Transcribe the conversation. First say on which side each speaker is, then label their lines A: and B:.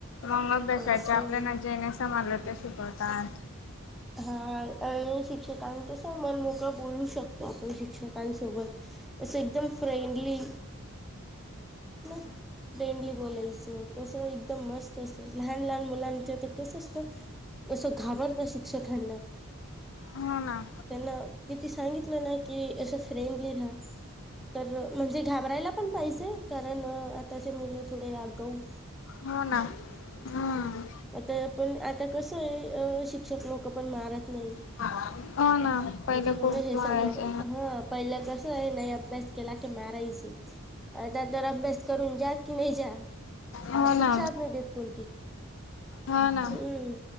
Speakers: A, on the left; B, in the centre.
A: मंग अभ्यासाचे
B: असं
A: आपल्यालाजे नाही समज ते शिकवतात.
B: हा आणि शिक्षकां कस मनमोकळा बोलू शकतो. आपण शिक्षक, सोबत अस एकदम फ्रेंडली, ना फ्रेंडली बोलायचं कस एकदम मस्त लहान लहान मुलांच तर तसंच असं घाबरत शिक्षकांना,
A: हो ना
B: त्यांना किती सांगितलं, ना कि असं फ्रेंडली राहा तर म्हणजे घाबरायला पण पाहिजे, कारण आताचे मुलं थोडे आगाऊ.
A: हो ना हम्म
B: आता पण आता कसं आहे अ शिक्षक लोक पण मारत नाही.
A: <unintelligible> पहिले
B: त्याच्या मुळ
A: खूप
B: हे
A: मारायचे
B: सगळं हा, पहिल्या क नाही अभ्यास केला की माराच आता, तर अभ्यास करून जात. की नाही जा
A: हो
B: शिक्षाच
A: ना
B: नाही देत कोणती.
A: हो ना
B: हम्म